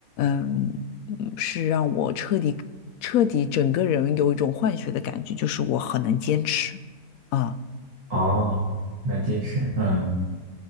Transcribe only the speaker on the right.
哦，那近视嗯